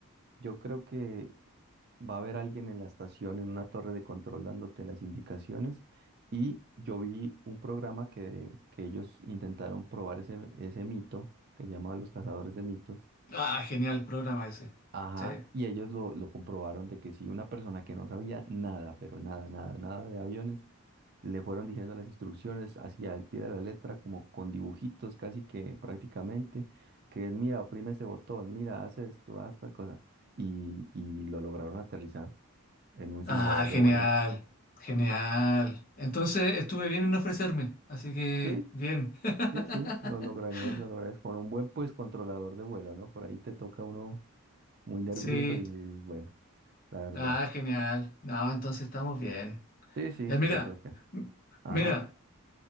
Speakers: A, on the right (about 45°); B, on the left (about 40°).
A: yo creo que va a haber alguien en la estación, en una torre de control dándote las indicaciones. Y yo vi un programa que, que ellos intentaron probar ese, ese mito, que se llamaba Los Cazadores de Mitos.
B: Ah, genial programa ese.
A: Ajá,
B: Sí.
A: y ellos lo, lo comprobaron de que si una persona que no sabía nada, pero nada, nada, nada de aviones, le fueron diciendo las instrucciones hacia el pie de la letra, como con dibujitos casi que prácticamente, que mira, oprime ese botón, mira, haz esto, haz tal cosa, y, y lo lograron aterrizar en un simulador
B: Ah, genial,
A: de vuelo.
B: genial.
A: Ujú.
B: Entonces estuve bien en no ofrecerme, así que
A: Sí,
B: bien.
A: sí, sí,
B: <laughs>
A: lo lograrías, lo lograrías con un buen pues controlador de vuelo, ¿no? Por ahí te toca uno muy nervioso
B: Sí,
A: y bueno, la verdad.
B: ah, genial. No, entonces estamos
A: Sí,
B: bien.
A: sí, sí,
B: Ya, mira,
A: yo creo que.
B: m-
A: Ajá.
B: mira,